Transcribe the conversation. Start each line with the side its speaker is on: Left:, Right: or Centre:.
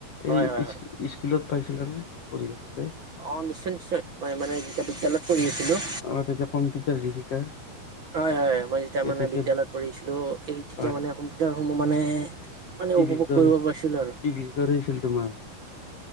Right: হয়
Left: এই
Right: হয়
Left: ইচ
Right: হয়
Left: স্কুলত পাইছিলা নে কৰি <unintelligible>
Right: অ', নিশ্চয়, নিশ্চয় মই মানে যেতিয়া বিদ্যালয়ত পঢ়ি আছিলোঁ।
Left: অ তেতিয়া <unintelligible>
Right: হয়, হয়, মই যেতিয়া
Left: তেতিয়া
Right: মানে বিদ্যালয়ত পঢ়িছি লোঁ এই তেতিয়া
Left: হয়
Right: মানে কম্পিউটাৰ সমূহ মানে, মানে
Left: টিভিৰ
Right: উপভোগ
Left: দৰে
Right: কৰিব পাৰিছিলোঁ আৰু।
Left: টিভিৰ দৰে আছিল তোমাৰ